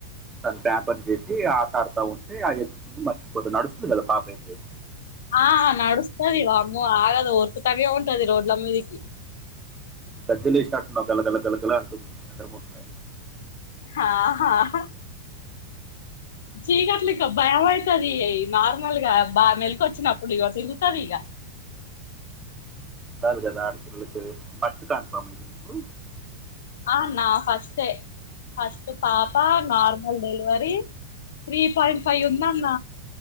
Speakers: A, on the right; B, on the left.
A: తను ప్యాంపర్ చేసి ఆట ఆడుతా ఉంటే ఆ ఎత్తుకు మర్చిపోతే నడుస్తుంది కదా పాపాతే
B: ఆ నడుస్తుంది వామ్మో ఆగదు ఉరుకుతనే ఉంటది రోడ్ల మీదకి
A: గజ్జలస్నేట్టున్నావ్ కలకలా కలకలా అంటుంది చంద్రముఖిలగా
B: హాహాహ చీగట్లే ఇక భయం అయితది నార్మల్గా బా మెల్కొచ్చినప్పుడు ఇక తిరుగుతది ఇగ
A: ఉండాలి కదా ఆడపిల్లలకి ఫస్ట్ కన్ఫమా ఇది నీకు
B: ఆ నా ఫస్ట్టె ఫస్ట్ పాప నార్మల్ డెలివరి రి త్రీ పాయింట్ ఫైవ్ ఉందన్న